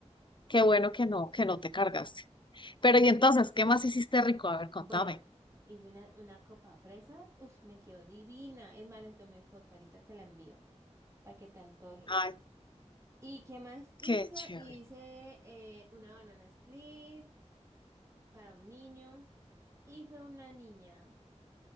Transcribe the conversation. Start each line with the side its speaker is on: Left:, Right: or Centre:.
Left: qué bueno que no, que no te cargaste. Pero y entonces, ¿qué más hiciste rico? A ver, contame.
Right: Bueno, hice una, una copa fresas. Uf, me quedó divina. Es más, les tomé foto, ahorita te la envío para que te antojes.
Left: Ay,
Right: ¿Y qué más hice?
Left: qué chévere.
Right: Hice eh, una banana split. para un niño y fue una niña